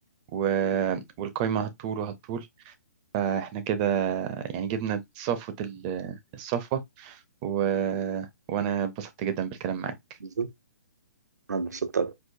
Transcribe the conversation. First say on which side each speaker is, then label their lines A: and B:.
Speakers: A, on the right (about 25°); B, on the right (about 70°).
A: و... والقايمة هتطول وهتطول فإحنا كده يعني جبنا صفوة ال- الصفوة و... وأنا اتبسطت جدا بالكلام معاك
B: بالظبط انا اتبسطت